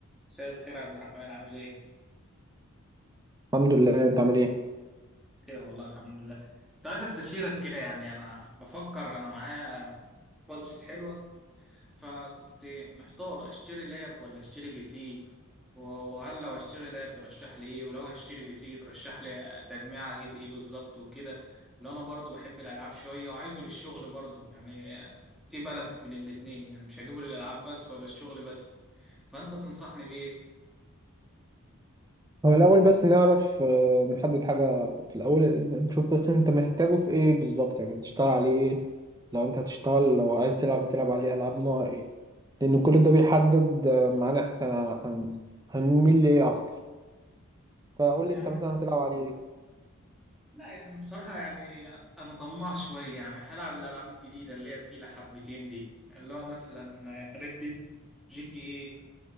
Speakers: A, in the centre; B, on the right.
A: مساء الخير يا عبد الرحمن عامل ايه؟
B: الحمد لله انت عامل ايه
A: خير والله الحمد لله كنت عايز استشيرك كده يعني انا بفكر انا معايا بادجت حلوة فكنت محتار اشتري لاب ولا اشتري بي سي و- وهل لو هشتري لاب ترشح لي ايه ولو هشتري بي سي ترشح لي تجميع اجيب ايه بالظبط وكده لان انا برضو بحب الالعاب شوية وعايزه للشغل برضو يعني في بالانس بين الاتنين يعني مش هجيبه للالعاب بس ولا الشغل بس فانت تنصحني بايه؟
B: هو الاول بس نعرف آه، نحدد حاجه في الاول نشوف بس انت محتاجه في ايه بالظبط يعني تشتغل عليه ايه لو انت هتشتغل لو عايز تلعب هتلعب عليه العاب نوع ايه لان كل ده بيحدد آه، معانا احنا هن... هنميل لايه اكتر فقول
A: يعني
B: لي انت مثلا هتلعب عليه ايه
A: لا يعني بصراحة يعني أنا طماع شوية يعني هلعب الألعاب الجديدة اللي هي تقيلة حبتين دي اللي هو مثلا ريد جي تي إيه